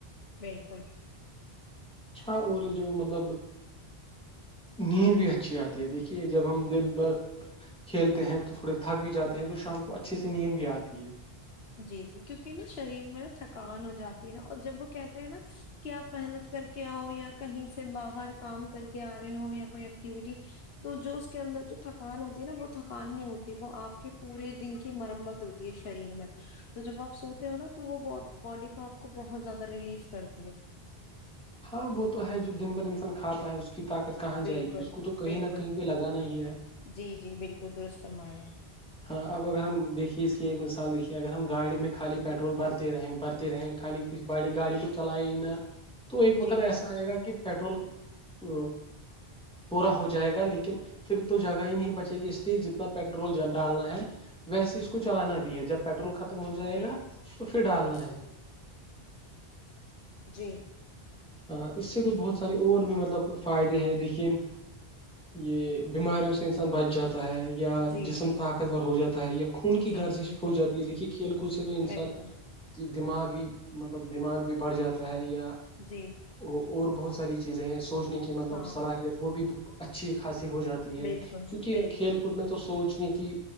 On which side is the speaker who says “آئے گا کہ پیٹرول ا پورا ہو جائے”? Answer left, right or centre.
Centre